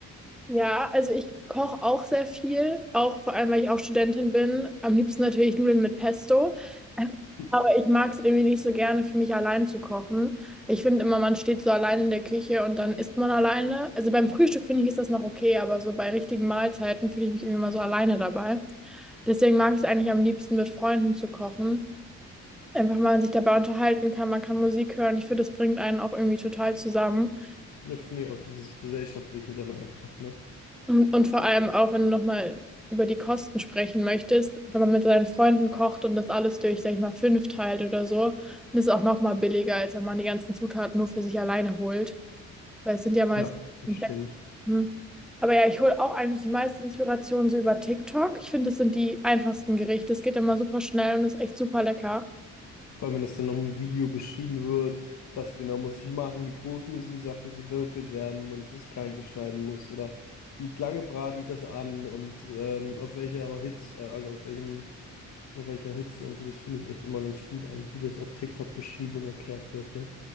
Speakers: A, in the centre; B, on the left (about 65°).
A: Ja, also ich koche auch sehr viel, auch vor allem, weil ich auch Studentin bin. Am liebsten natürlich Nudeln mit Pesto.
B: <laughs>
A: Aber ich mag es irgendwie nicht so gerne, für mich allein zu kochen. Ich finde immer, man steht so allein in der Küche und dann isst man alleine. Also beim Frühstück finde ich, ist das noch okay, aber so bei richtigen Mahlzeiten fühle ich mich irgendwie immer so alleine dabei. Deswegen mag ich es eigentlich am liebsten, mit Freunden zu kochen. Einfach mal sich dabei unterhalten kann, man kann Musik hören. Ich finde, das bringt einen auch irgendwie total zusammen.
B: Ja, finde ich auch dieses Gesellschaftliche dann einfach, ne?
A: Und, und vor allem auch, wenn du nochmal über die Kosten sprechen möchtest, wenn man mit seinen Freunden kocht und das alles durch, sag ich mal, fünf teilt oder so, dann ist es auch nochmal billiger, als wenn man die ganzen Zutaten nur für sich alleine holt. Weil es sind ja meist
B: Ja. Bestimmt.
A: komplett. Hm. Aber ja, ich hole auch eigentlich die meiste Inspiration so über TikTok. Ich finde, das sind die einfachsten Gerichte. Es geht immer super schnell und ist echt super lecker.
B: Vor allem, wenn es dann noch im Video beschrieben wird, was genau muss ich machen, wie groß müssen die Sachen gewürfelt werden, wenn man es was Kleines schneiden muss oder wie lange brate ich das an und ähm, auf welcher Hitze, äh, also auf welchem, auf welcher Hitze und so, das finde ich echt immer ganz gut eigentlich, wie das auf TikTok beschrieben und erklärt wird, ne?